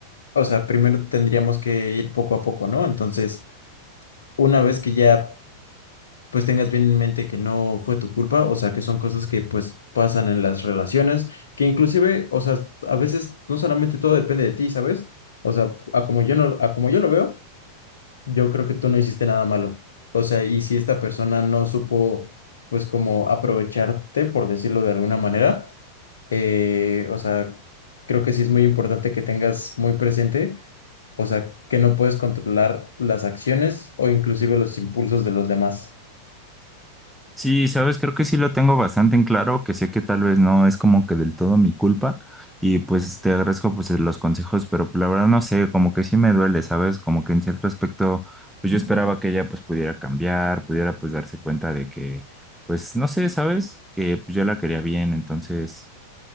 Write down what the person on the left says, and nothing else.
o sea, primero tendríamos que ir poco a poco, ¿no? Entonces, una vez que ya pues tengas bien en mente que no fue tu culpa, o sea, que son cosas que pues pasan en las relaciones, que inclusive, o sea, a veces no solamente todo depende de ti, ¿sabes? O sea, a como yo no, a como yo lo veo, yo creo que tú no hiciste nada malo. O sea, y si esta persona no supo, pues como aprovecharte, por decirlo de alguna manera, eh, o sea, creo que sí es muy importante que tengas muy presente. O sea, que no puedes controlar las acciones o inclusive los impulsos de los demás.